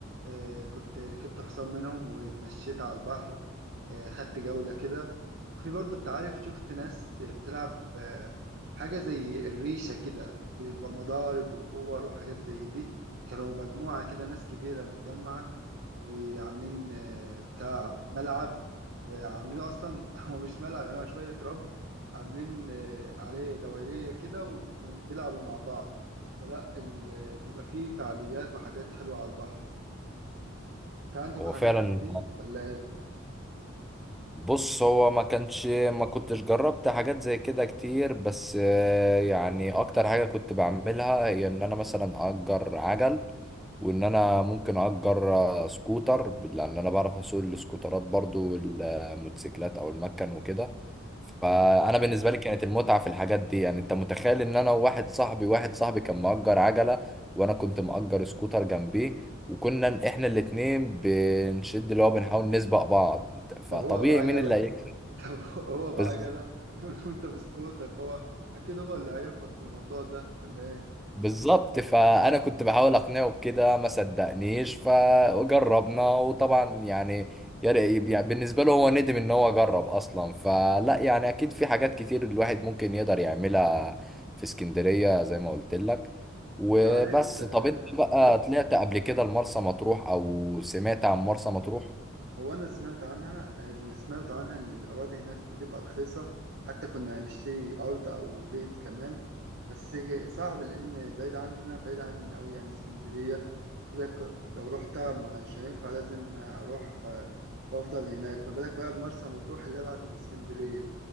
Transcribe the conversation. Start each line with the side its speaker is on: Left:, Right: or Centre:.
Right: آه، كنت ركبت حصان منهم واتمشيت على البحر آه، خدت جولة كده وفي برضو انت عارف شفت ناس بتلعب آه، حاجة زي الريشة كده بمضارب وكور وحاجات زي دي كانوا مجموعة كده ناس كبيرة متجمعة وعاملين آه، بتاع ملعب وعاملين أصلا <laughs> هو مش ملعب يعني هو شوية رمل عاملين آه، عليه دوائرية كده وبيلعبوا مع بعض فلا ال- آه، بيبقى فيه فعاليات وحاجات حلوة على البحر في عندكم
Centre: هو
Right: حاجات
Centre: فعلا
Right: من دي ولا ايه؟
Centre: بص هو ما كانش ما كنتش جربت حاجات زي كده كتير بس آه، يعني اكتر حاجة كنت بعملها هي ان انا مثلا اجر عجل وان انا ممكن اجر آه، سكوتر لان انا بعرف اسوق السكوترات برضو والموتوسيكلات او المكن وكده فانا
Right: مم.
Centre: بالنسبه لي كانت المتعه في الحاجات دي يعني انت متخيل ان انا وواحد صاحبي واحد صاحبي كان مأجر عجله وانا كنت مأجر سكوتر جنبيه وكنا احنا الاتنين بنشد اللي هو بنحاول نسبق بعض فطبيعي
Right: طب هو بعجلة
Centre: مين اللي هيكسب
Right: <laughs> طب هو بعجلة
Centre: بز-
Right: <laughs> وانت بسكوتر فهو اكيد هو اللي هيهبط في الموضوع ده ولا ايه
Centre: بالظبط فانا كنت بحاول اقنعه بكده ما صدقنيش فجربنا وطبعا يعني يا ري- يعني بالنسبه له هو ندم ان هو جرب اصلا فلا يعني اكيد في حاجات كتير الواحد ممكن يقدر يعملها في اسكندريه زي ما قلت لك وبس
Right: انت عارف آه،
Centre: طب انت بقى طلعت قبل كده لمرسى مطروح او سمعت عن مرسى مطروح
Right: هو انا سمعت عنها اللي سمعت عنها اللي الاراضي هناك بتبقى رخيصة حتى كنا هنشتري ارض او بيت كمان بس صعب لان بعيد عننا بعيد عن قوي يعني اسكندرية قلت لك لو رحت مش هينفع لازم اروح آه، وافضل هناك ما بالك بقى بمرسى مطروح اللي ابعد من اسكندرية